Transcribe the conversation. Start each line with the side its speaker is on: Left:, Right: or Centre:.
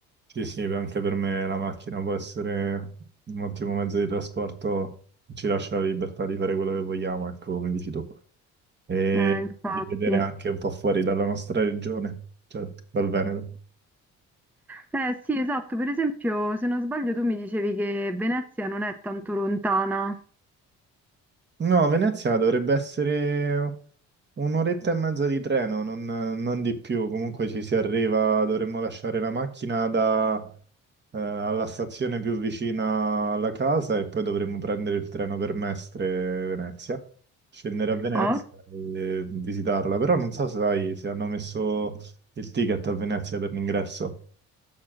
Right: Sì, sì, anche per me la macchina può essere un ottimo mezzo di trasporto, ci lascia la libertà di fare quello che vogliamo, ecco, come dici tu, e
Centre: Eh, infatti.
Right: di vedere anche un po' fuori dalla nostra regione, cioè dal Veneto.
Centre: Eh sì, esatto, per esempio, se non sbaglio tu mi dicevi che Venezia non è tanto lontana.
Right: No, Venezia dovrebbe essere un'oretta e mezza di treno, non, non di più. Comunque ci si arriva, dovremmo lasciare la macchina da, eh, alla stazione più vicina alla casa e poi dovremmo prendere il treno per Mestre Venezia, scendere a Venezia
Centre: Ah,
Right: e visitarla. Però non so se sai se hanno messo il ticket a Venezia per l'ingresso.